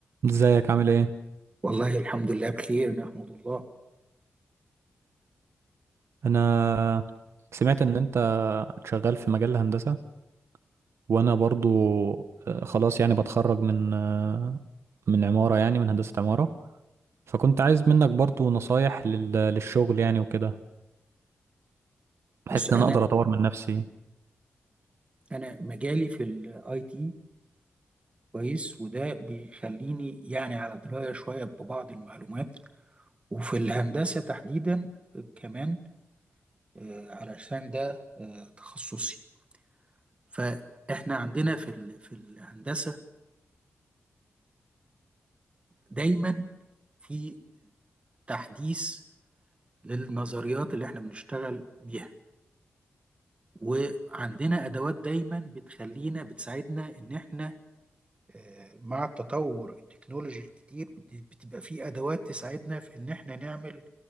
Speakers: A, on the right; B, on the right.
A: ازيك عامل ايه
B: والله الحمد لله بخير نحمد الله
A: انا سمعت ان انت شغال في مجال الهندسة وانا برضو آه، خلاص يعني بتخرج من آه، من عمارة يعني من هندسة عمارة فكنت عايز منك برضو نصايح لل- للشغل يعني وكده بحيث
B: بص انا
A: ان انا اقدر اطور من نفسي
B: انا مجالي في الاي تي كويس وده بيخليني يعني على درايه شويه ببعض المعلومات وفي الهندسه تحديدا كمان آه، علشان ده آه، تخصصي فاحنا عندنا في ال- في الهندسه دايما في تحديث للنظريات اللي احنا بنشتغل بيها وعندنا ادوات دايما بتخلينا بتساعدنا ان احنا آه، مع التطور التكنولوجي الكتير بت- بتبقى في أدوات تساعدنا في إن إحنا نعمل